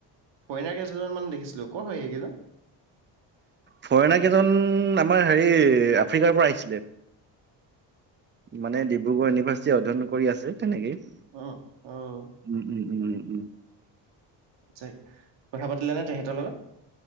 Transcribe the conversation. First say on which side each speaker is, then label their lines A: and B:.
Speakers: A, on the right (about 70°); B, on the right (about 25°).
A: ফৰিইনাৰ কেইজনমান দেখিছিলোঁ। ক'ৰ হয় সেইকেইজন।
B: ফৰেনাৰ কেইজন আমাৰ হেৰি আফ্ৰিকাৰ পৰা আহিছিলে। মানে ডিব্ৰুগড় ইউনিভাৰ্চিটি অধ্যয়ন কৰি আছে তেনেকেই। উম,
A: অ', অ',
B: উম, ' উম, ' উম, ' উম।
A: আচ্ছা কথা পাতিলে নে তেহঁতৰ লগত।